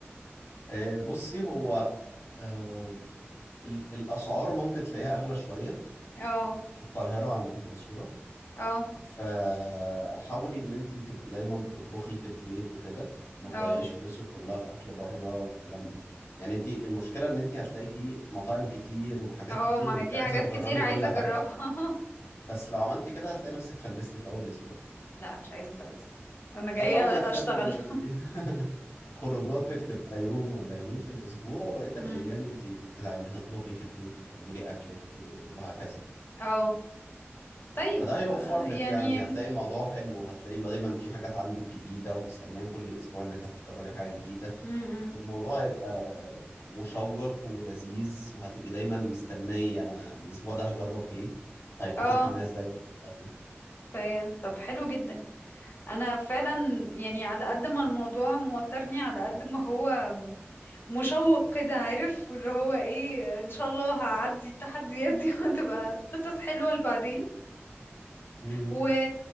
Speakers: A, on the left (about 75°); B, on the left (about 55°).
A: آه، بصي هو آه، ال- الأسعار ممكن تلاقيها أغلى شوية
B: اه
A: في القاهرة عن المنصورة
B: اه
A: فحاولي ان انت تبقي دايما بتطبخي في البيت وكده ما تضيعيش
B: اه
A: فلوسك كلها في اكل بره والكلام ده يعني انت المشكله ان انت هتلاقي فيه مطاعم كتير وحاجات
B: اه
A: كتير
B: ما
A: وانت
B: هي في
A: عايزه
B: حاجات
A: تجربي
B: كتير عايزة
A: كل
B: اجربها
A: حاجه
B: <laughs>
A: بس لو عملتي كده هتلاقي نفسك فلستي في اول اسبوع
B: لا مش عايزة افلس انا جاية
A: فحاولي تخلي
B: اشتغل <laughs>
A: <laughs> خروجاتك تبقى يوم ولا يومين في الاسبوع وبقيه
B: امم
A: الايام انت بتعملي بتطبخي في البيت وبتعملي اكلك و- وهكذا
B: اه طيب
A: فده هيوفر
B: آه، يعني
A: لك يعني هتلاقي الموضوع حلو وهتلاقي دايما في حاجات عندك جديدة ومستنية كل أسبوع إنك هتجربي حاجة جديدة
B: امم
A: الموضوع هيبقى مشوق ولذيذ وهتبقي دايما مستنية أنا الأسبوع ده هجرب إيه فهيبقى
B: اه
A: في حماس دايما على طول
B: فهي- طب حلو جدا انا فعلا يعني على قد ما الموضوع موترني على قد ما هو مشوق كده عارف واللي هو ايه ان شاء الله هعدي التحديات دي <laughs> وتبقى قصص حلوة لبعدين
A: مم.
B: و...